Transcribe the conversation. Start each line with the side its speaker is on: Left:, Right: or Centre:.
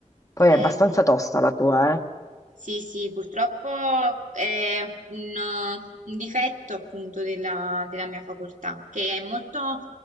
Left: Poi
Right: Eh
Left: è abbastanza
Right: sì.
Left: tosta la tua, eh?
Right: Sì, sì, purtroppo è un, un difetto appunto della, della mia facoltà, che è molto,